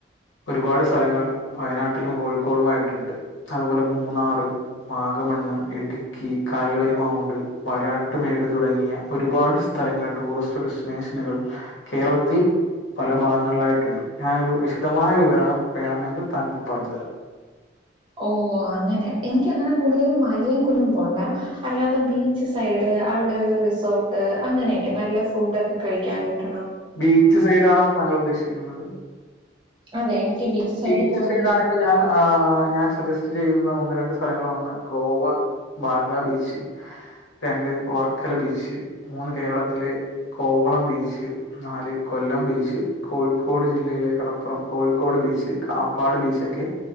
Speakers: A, on the left; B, on the right.
A: ഒരുപാട് സ്ഥലങ്ങൾ വയനാട്ടിലും കോഴിക്കോടുും ആയിട്ടുണ്ട് അതുപോലെ മൂന്നാറ് വാഗമണ്ണ് ഇടുക്കി കാൽവരി മൗണ്ട് വരാട്ട് മേട് തുടങ്ങിയ ഒരുപാട് സ്ഥലങ്ങൾ ടൂറിസ്റ്റ് ഡെസ്റ്റിനേഷനുകൾ കേരളത്തിൽ പല ഭാഗങ്ങളിലാ ട്ട്ണ്ട് ഞാനൊരു വിശദമായ വിവരണം വേണമെങ്കിൽ താങ്ങൾക്ക് പറഞ്ഞു തരാം
B: ഓ അങ്ങനെ എനിക്കങ്ങനെ കൂടുതലും മലയും കുന്നും പോണ്ട അല്ലാതെ ബീച്ച് സൈഡ് അവിടെ റിസോർട്ട് അങ്ങനെയൊക്കെ നല്ല ഫുഡൊക്കെ കഴിക്കാൻ കിട്ടും
A: ബീച്ച് സൈഡ് ആണോ താങ്കൾ ഉദ്ദേശിക്കുന്നത്
B: അതെ സൈഡിൽ
A: ബീച്ച്
B: പോവാനാ
A: സൈഡാങ്കിൽ
B: ഇഷ്ടം.
A: ഞാൻ ആ ഞാൻ സജസ്റ്റ് ചെയ്യുന്ന ഒന്ന് രണ്ട് സ്ഥലങ്ങൾ വന്ന് ഗോവ ബാഗ ബീച്ച് രണ്ട് വർക്കല ബീച്ച് മൂന്ന് കേരളത്തിലെ കോവളം ബീച്ച് നാല് കൊല്ലം ബീച്ച് കോഴിക്കോട് ജില്ലയിലെ കടപ്പുറം കോഴിക്കോട് ബീച്ച് കാപ്പാട് ബീച്ചൊക്കെ